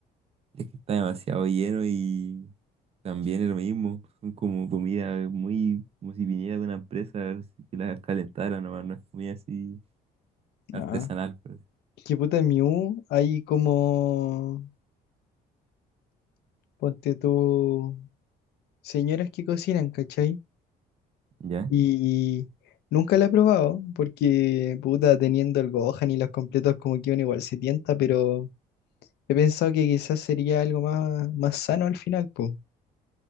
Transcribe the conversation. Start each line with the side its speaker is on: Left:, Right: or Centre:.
Right: Es que está demasiado lleno y también es lo mismo. Son como comida muy, como si viniera de una empresa a ver si que las calentara nomás, no es comida así artesanal,
Left: Ah,
Right: por así-
Left: qué puta en mi U hay como, ponte tú, señoras que cocinan, ¿cachai?
Right: ¿Ya?
Left: Y nunca la he probado porque, puta, teniendo el Gohan y los completos como que uno igual se tienta, pero he pensado que quizás sería algo más, más sano al final, po.